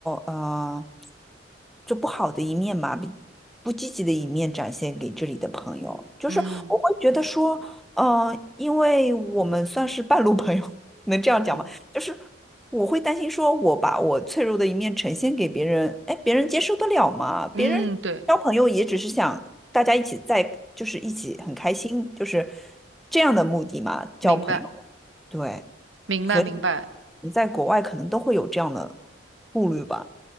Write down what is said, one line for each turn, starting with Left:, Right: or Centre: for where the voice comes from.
Centre: 呃，就不好的一面嘛，比不积极的一面展现给这里的朋友。就是我会觉得说，
Right: 嗯
Centre: 嗯、呃因为我们算是半路朋友，<laughs> 能这样讲吗？
Right: 嗯
Centre: 就是我会担心说，我把我脆弱的一面呈现给别人，哎，别人接受得了吗？别人。
Right: 嗯，对，
Centre: 交朋友也只是想大家一起在，就是一起很开心，就是这样的目的嘛，交朋友。
Right: 明白
Centre: 对，
Right: 明白明白。
Centre: 所以你在国外可能都会有这样的顾虑吧。